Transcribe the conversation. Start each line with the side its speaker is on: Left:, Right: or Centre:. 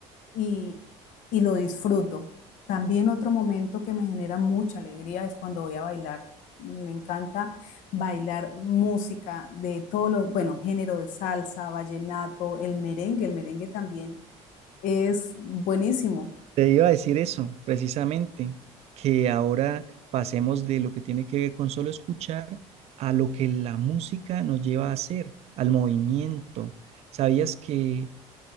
Left: y, y lo disfruto. También otro momento que me genera mucha alegría es cuando voy a bailar. Me encanta bailar música de todos los, bueno, género de salsa, vallenato, el merengue. El merengue también es buenísimo.
Right: Te iba a decir eso, precisamente, que ahora pasemos de lo que tiene que ver con solo escuchar a lo que la música nos lleva a hacer, al movimiento. ¿Sabías que